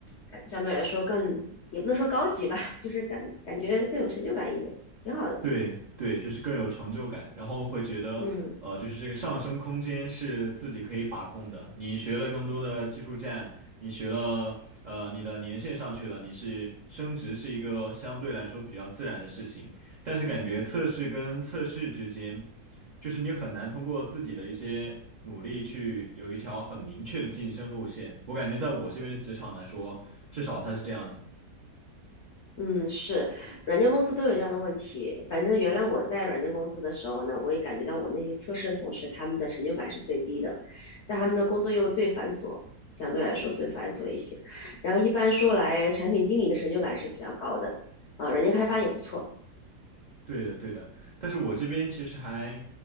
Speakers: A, on the left (about 70°); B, on the right (about 75°).
A: 感相对来说更，也不能说高级吧，就是感感觉更有成就感一点，挺好的。
B: 对对，就是更有成就感，然后会觉得，
A: 嗯
B: 呃，就是这个上升空间是自己可以把控的。你学了更多的技术栈，你学了，呃，你的年限上去了，你是升职是一个相对来说比较自然的事情。但是感觉测试跟测试之间，就是你很难通过自己的一些努力去有一条很明确的晋升路线。我感觉在我这边的职场来说，至少它是这样的。
A: 嗯，是，软件公司都有这样的问题。反正原来我在软件公司的时候呢，我也感觉到我那些测试同事他们的成就感是最低的，但他们的工作又最繁琐，相对来说最繁琐一些。然后一般说来，产品经理的成就感是比较高的，啊，软件开发也不错。
B: 对的，对的，但是我这边其实还